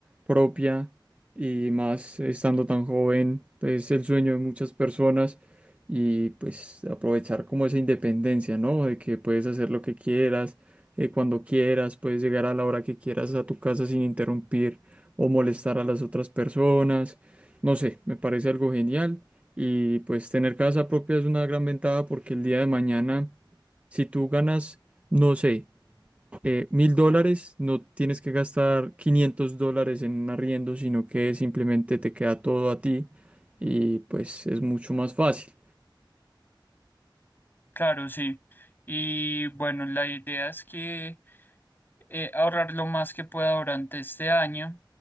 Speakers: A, on the right; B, on the left.
A: propia y más estando tan joven pues, es el sueño de muchas personas y pues aprovechar como esa independencia, ¿no? De que puedes hacer lo que quieras, eh, cuando quieras, puedes llegar a la hora que quieras a tu casa sin interrumpir o molestar a las otras personas. No sé, me parece algo genial y pues tener casa propia es una gran ventaja porque el día de mañana si tú ganas, no sé, eh, mil dólares, no tienes que gastar 500 dólares en un arriendo, sino que simplemente te queda todo a ti y pues es mucho más fácil.
B: Claro, sí. Y bueno, la idea es que eh, ahorrar lo más que pueda durante este año.